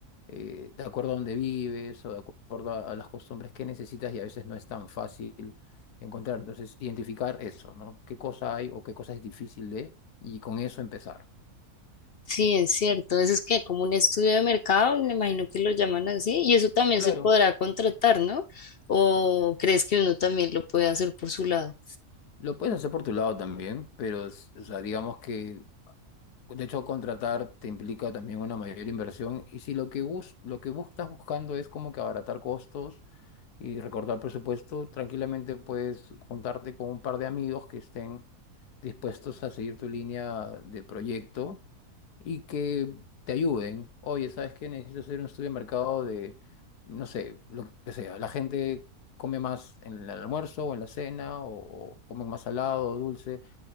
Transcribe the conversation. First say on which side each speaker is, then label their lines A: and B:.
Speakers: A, on the left; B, on the left.
A: eh, de acuerdo a dónde vives o de acuerdo a, a las costumbres que necesitas, y a veces no es tan fácil encontrar, entonces, identificar eso, ¿no? ¿Qué cosa hay o qué cosa es difícil de, y con eso empezar.
B: Sí, es cierto. Eso es que como un estudio de mercado, me imagino que lo llaman así, y eso también
A: Claro.
B: se podrá contratar, ¿no? ¿O crees que uno también lo puede hacer por su lado?
A: Lo puedes hacer por tu lado también, pero, s- o sea, digamos que De hecho, contratar te implica también una mayor inversión. Y si lo que bus lo que bus- estás buscando es como que abaratar costos y recortar presupuesto, tranquilamente puedes juntarte con un par de amigos que estén dispuestos a seguir tu línea de proyecto y que te ayuden. Oye, ¿sabes qué? Necesito hacer un estudio de mercado de, no sé, lo que sea. La gente come más en el almuerzo o en la cena o, o come más salado o dulce,